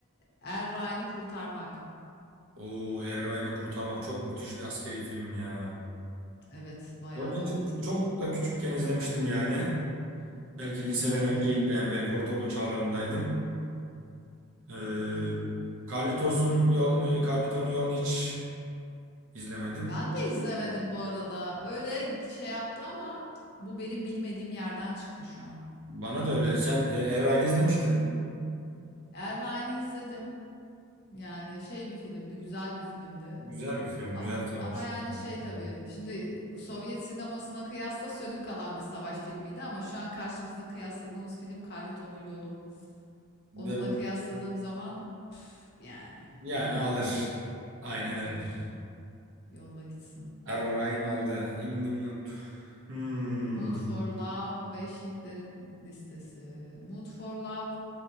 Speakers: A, on the left (about 45°); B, on the right (about 65°).
A: Er Ryan'ı kurtarmak.
B: Oo, Erray'ını kurtarmak çok müthiş bir askeri film ya.
A: Evet, bayağı
B: Bunu
A: da
B: ben çok
A: ünlüdür.
B: çok da küçükken izlemiştim yani. Belki liseden
A: Ben
B: önceydi
A: de.
B: yani. Belki ortaokul çağlarımdaydım. Ee,
A: Aynen.
B: Carlitos'un yolunu, Carlito'nun yolunu hiç izlemedim.
A: Ben de izlemedim bu arada. Öyle şey yaptı ama bu benim bilmediğim yerden çıktı şu an.
B: Bana da öyle. Sen e, Erray'ını izlemiştin.
A: Er Ryan'ı izledim. Yani şey bir filmdi, güzel bir filmdi.
B: Güzel bir film,
A: Ama,
B: güzel savaş
A: ama yani
B: filmi.
A: şey tabii. Şimdi Sovyet sinemasına kıyasla sönük kalan bir savaş filmiydi ama şu an karşımızda kıyasladığımız film Carlito'nun yolu.
B: Ve
A: Onunla kıyasladığım zaman yani
B: yani alır. Aynen
A: alır
B: öyle.
A: alır yolla gitsin.
B: Errain aldı. In the Mood. Hmm,
A: Mood for Love ve Schindler'in listesi. Mood for Love